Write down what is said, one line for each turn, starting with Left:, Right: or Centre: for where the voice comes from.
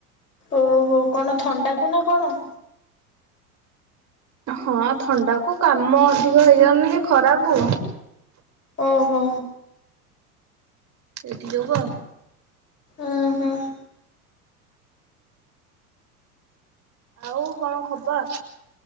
Left: ଓହୋ କଣ ଥଣ୍ଡା କୁ ନା କଣ?
Right: ହଁ ଥଣ୍ଡାକୁ କାମ ଅଧିକ ହେଇଯାଉନି କି ଖରାକୁ
Left: ଓହୋ
Right: ଏଠି ଯୋଗୁଁ ଆଉ
Left: ଓ ହୋ
Right: ଆଉ କଣ ଖବର?